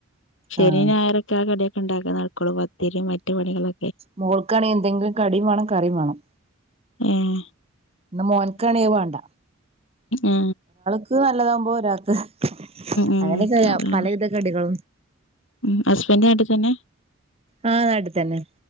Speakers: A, on the left; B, on the right.
A: ശനി
B: ആഹ്
A: ഞായറൊക്കെ ആ കടെ ഇണ്ടാക്കുന്ന ആൾക്കൊള്ളു പത്തിരിം മറ്റ് പണികള്.
B: മോൾക്കാണെങ്കി എന്തെങ്കിലും കടിം വാണം കറിം വാണം.
A: ഏഹ്
B: ഇന്ന് മോൻക്കാണങ്കി വാണ്ട.
A: ആഹ്
B: ക്ക് നല്ലതാമ്പ ഒരാക്ക്
A: ഉം
B: അങ്ങനെക്കെയാ
A: അതാണ്
B: പലവിധ കടികൾ
A: ഉം ഹസ്ബൻഡ് ആട്ടി തന്ന?
B: ആഹ് നാട്ടിൽ തന്നെ